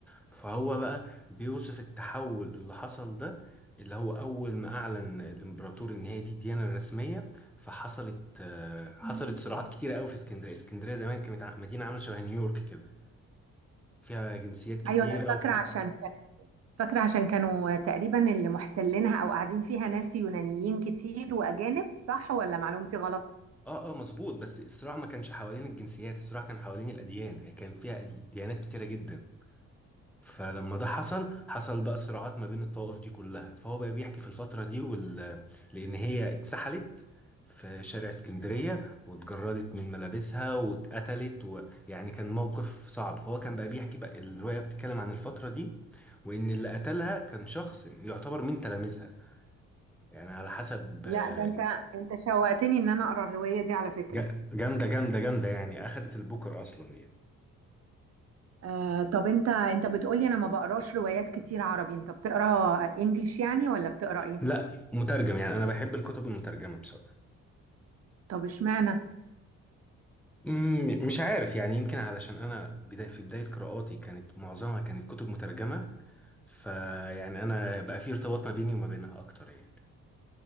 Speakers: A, in the centre; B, on the right.
A: فهو بقى بيوصف التحول اللي حصل ده اللي هو اول ما اعلن الامبراطور ان هي دي الديانه الرسميه فحصلت آه، حصلت صراعات كتيره قوي في اسكندريه اسكندريه زمان كانت ع- مدينه عامله شبه نيويورك كده فيها جنسيات كتيره
B: ايوه انا فاكره
A: وفيها
B: عشان كانت فاكره عشان كانوا تقريبا اللي محتلينها او قاعدين فيها ناس يونانيين كتير واجانب صح ولا معلومتي غلط
A: اه اه مظبوط بس الصراع ما كانش حوالين الجنسيات الصراع كان حوالين الاديان يعني كان فيها أدي- ديانات كتيره جدا فلما ده حصل حصل بقى صراعات ما بين الطوائف دي كلها فهو بقى بيحكي في الفترة دي وال... لأن هي اتسحلت في شارع اسكندرية واتجردت من ملابسها واتقتلت ويعني كان موقف صعب فهو كان بقى بيحكي بقى الرواية بتتكلم عن الفترة دي وإن اللي قتلها كان شخص يعتبر من تلاميذها يعني على حسب
B: لا
A: آه،
B: ده انت انت شوقتني ان انا اقرا الروايه دي على فكره
A: ج- جامدة جامدة جامدة يعني أخدت البوكر أصلا يعني
B: آه طب انت انت بتقولي انا ما بقراش روايات كتير عربي انت بتقرا انجليش يعني ولا بتقرا ايه
A: لا مترجم يعني أنا بحب الكتب المترجمة بصراحة
B: طب اشمعنى
A: مم، مش عارف يعني يمكن علشان انا بدا في بدايه قراءاتي كانت معظمها كانت كتب مترجمه فيعني انا بقى في ارتباط ما بيني وما بينها اكتر يعني